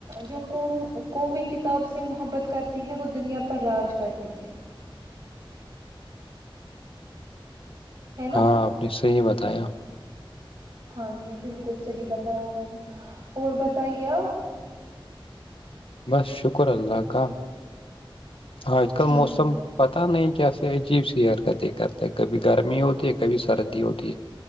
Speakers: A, on the right; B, on the left.
A: جو قوم قومی کتاب سے محبت کر ہیں وہ دنیا پر راج کرتی ہے ہے نا
B: ہاں آپ نے صحیح بات بتیا
A: ہاں جی بالکل صحیح بتایا میں نے اور بتائیے آپ
B: بس شکر اللہ کا آج کل
A: ٹھیک
B: موسم پتا نہیں کیسے عجیب سی ہر کر کرتے کبھی گرمی ہوتی ہے کبھی سردی ہوتی ہے